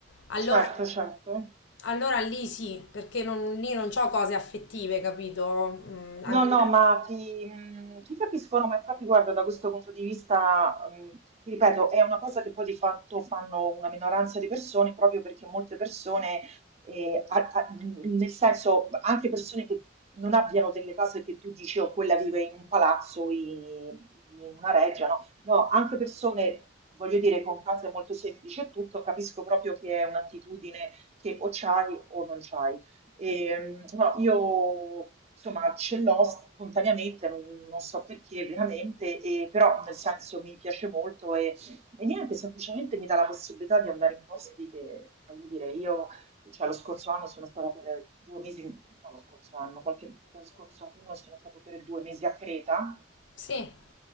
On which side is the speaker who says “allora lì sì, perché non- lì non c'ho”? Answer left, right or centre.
Left